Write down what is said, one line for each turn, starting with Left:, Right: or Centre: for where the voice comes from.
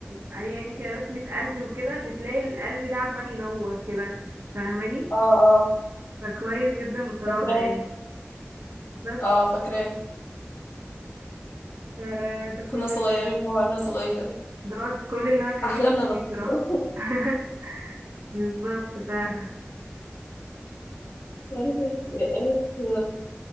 Right: عليه يعني كده رسمة قلب وكده بتلاقي القلب ده عمال ينور كده فاهماني
Left: اه اه
Right: فكويس جدا بصراحة
Left: فاكراه
Right: يعني بس
Left: اه فاكراه
Right: ف- ده كل
Left: كنا صغيرين
Right: ال-
Left: بقى وعنا صغير
Right: ده كل اللي انا كان
Left: احلامنا
Right: نفسي
Left: بسيطة
Right: فيه بصراحة
Left: <laughs>
Right: <laughs> بالظبط فعلا
Left: يا ريت يا ريت يا